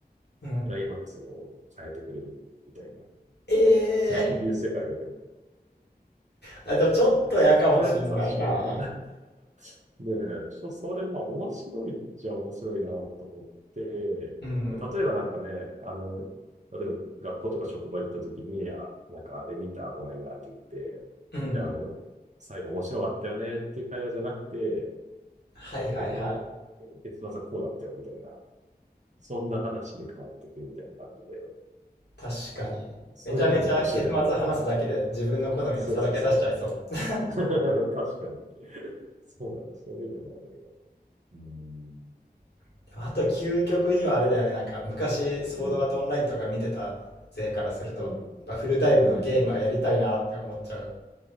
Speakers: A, on the left; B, on the right.
A: うん。
B: クライマックスを変えてくれるみたいな、
A: ええー
B: そういう世界が来る。
A: あ、でもちょっと嫌かもしんないな。
B: あ、そ、それ確かおね <laughs> ねえ、ちょ、それまあ面白いっちゃ面白いなと思って、例
A: うん。
B: えばなんかね、あの、例えば学校とか職場行った時に、あ、なんかあれ見た、こないだって言って、
A: うん。
B: で、あの、最後面白かったよねっていう会話じゃなくて、
A: はいはいはい。
B: なんか俺の結末はこうだったよみたいな、そんな話に変わってくるみたいな感じで、
A: 確かに。
B: ああ、そういうのも面白いなとかね。
A: めちゃめちゃ結末話すだけで自分の好みをさらけ出しちゃいそう。
B: <laughs> そうそうそう。<laughs> 確かに。そうだね。そういうのがあるよ。うん。
A: <laughs> でもあと究極にはあれだよね。なんか昔ソードアートオンラインとか見てた勢からすると、
B: うん。うん。
A: やっぱフルダイブのゲームはやりたいなって思っちゃう。
B: うん。